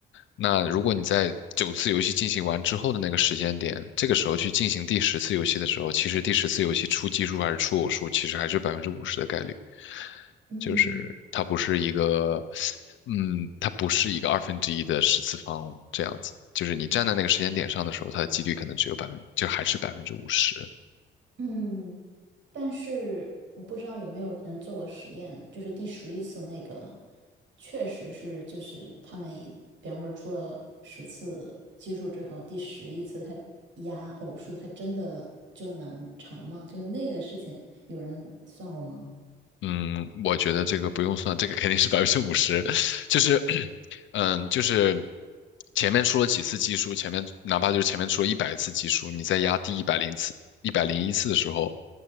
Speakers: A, on the left; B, on the right.
A: 那如果你在九次游戏进行完之后的那个时间点，这个时候去进行第十次游戏的时候，其实第十次游戏出奇数还是出偶数，其实还是百分之五十的概率，
B: 嗯，
A: 就是它不是一个，嗯，它不是一个二分之一的十次方这样子。就是你站在那个时间点上的时候，
B: 对
A: 它的几率可能只有百分，就还是百分之五十。
B: 嗯，但是我不知道有没有人做过实验，就是第十一次那个，确实是就是他们以比方说出了十次奇数之后，第十一次他压偶数，他真的就能成吗？就是那个事情，有人算过吗？
A: 嗯，我觉得这个不用算，这个肯定是百分之五十，就是，嗯，就是前面出了几次奇数，前面哪怕就是前面出了一百次奇数，你再压第一百零次、一百零一次的时候，